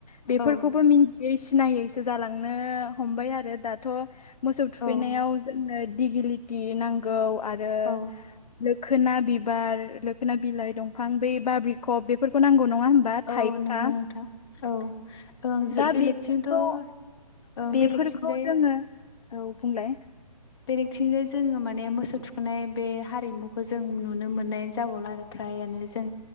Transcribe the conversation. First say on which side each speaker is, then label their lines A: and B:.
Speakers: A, on the left (about 70°); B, on the left (about 40°).
A: बेफोरखौबो
B: औ
A: मिन्थियै सिनायैसो जालांनो हमबाय आरो दाथ' मोसौ थुखैनायाव
B: औ
A: जोंनो दिगिलिटि नांगौ आरो
B: औ
A: लोख खोना बिबार, लोखोना बिलाइ दंफां, बै बा बिखब बेफोरखौ नां गौ नङा होनबा
B: औ
A: थाइखा
B: नंगौ नोंथां औ ओं जो
A: दा
B: बेलेगथिंथ'
A: बेफोरखौ
B: ओं
A: बेफोरखौ
B: बेलेगथिंजाय
A: जोङो औ बुंलाय
B: बेलेकथिंजाय जोङो माने मोसौ थुखैनाय बे हारिमुखौ जों नुनो मोननाय जाबावला आरो फ्रायानो जों